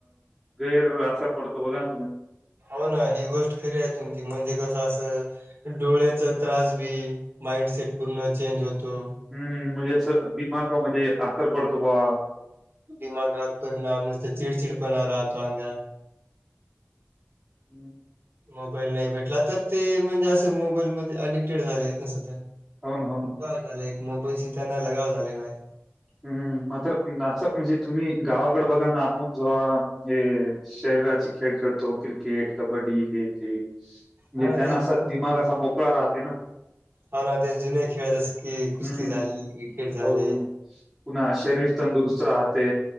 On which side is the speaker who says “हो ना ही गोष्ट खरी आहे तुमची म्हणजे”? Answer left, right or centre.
Right